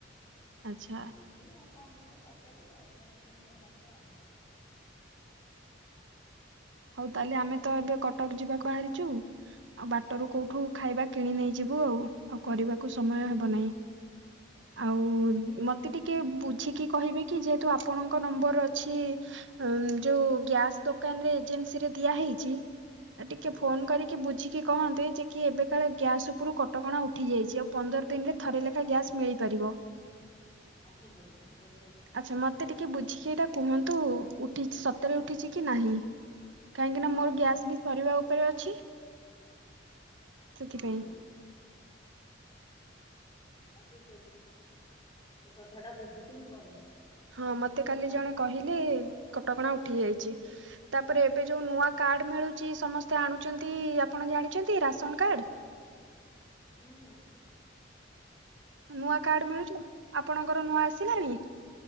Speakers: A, on the right; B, on the left.
A: ଆଚ୍ଛା
B: ରୁଟି ଆଉ କଣ ଗୋଟେ ତରକାରୀ ଆଉ ରୁଟି ନହେଲେ ଭଜା ଏମତି।
A: ହଉ ତାହେଲେ ଆମେ ତ ଏବେ କଟକ ଯିବାକୁ ବାହାରିଛୁ ଆଉ ବାଟରୁ କୋଉଠୁ ଖାଇବା କିଣି ନେଇଯି ବୁ ଆଉ ଆଉ କରିବାକୁ ସମୟ ହବ ନାହିଁ ଆଉ ମତେ ଟି ଟିକେ ବୁଝିକି କହିବେ କି ଯେହେତୁ ଆପଣଙ୍କ ନମ୍ବର ଅଛି ଅଁ ଯୋଉ ଗ୍ୟାସ୍ ଦୋକାନରେ। ଏଜେନ୍ସୀ ରେ ଦିଆ ହେଇଚି ଆଁ ଟିକେ
B: ହଁ ହୁଁ
A: ଫୋନ କରିକି ବୁଝି କହନ୍ତି ଯେ କି ଏବେ କାଳେ ଗ୍ୟାସ ଉପରୁ କଟକଣା ଉଠି ଯାଇଛି ଆଉ ପନ୍ଦର ଦିନରେ ଥରେ ଲେଖା ଗ୍ୟାସ୍ ମିଳିପାରିବ ବ
B: ହଁ ଠିକ ଅଛି ଠିକ ଅ
A: ଆଚ୍ଛା ମତେ ଟିକେ ବୁଝିକି ଏଇଟା କୁହନ୍ତୁ ଉଠି ସତରେ ଉଠିଛି କି ନାହିଁ। କାହିଁକି ନା
B: ହଉ
A: ମୋର
B: ହଉ
A: ଗ୍ୟାସ ବି ସରିବା ଉପରେ ଅଛି। ସେଥିପାଇଁ
B: ହଁ ହଁ। ହଁ ଠିକ ଅଛି ଏ କଥା ଟା ବୁଝିକି ମୁଁ କହିବି।
A: ହଁ
B: ଆପଣଙ୍କୁ
A: ମତେ କାଲି
B: ଜଣେଇବି
A: ଜଣେ କହିଲେ
B: ଆଉ
A: କଟକଣା ଉଠି ଯାଇଛି, ତାପରେ ଏବେ ଯୋଉ ନୂଆ କା କାର୍ଡ ମିଳୁଛି, ସମସ୍ତେ ଆଣୁଛନ୍ତି, ଆପଣ ଜାଣିଛନ୍ତି ରାସନ କାର୍ଡ଼
B: ହଁ।
A: ନୂଆ କାର୍ଡ ମିଳୁଛି ଆପଣଙ୍କର ନୂଆ ଆସିଲାଣି।